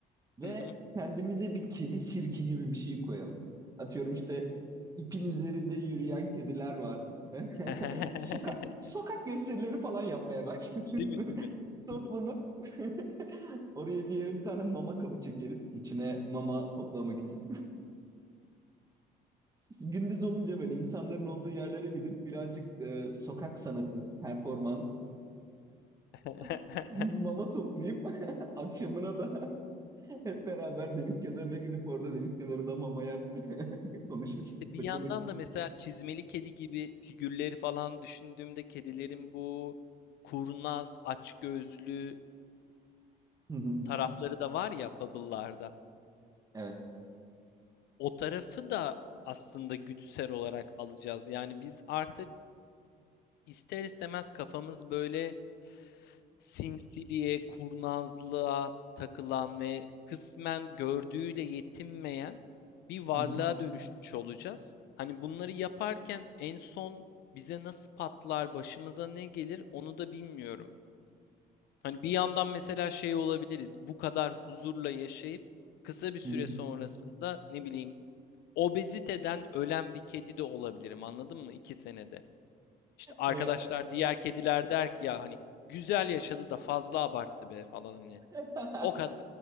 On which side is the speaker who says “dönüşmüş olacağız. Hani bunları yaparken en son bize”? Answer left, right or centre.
Left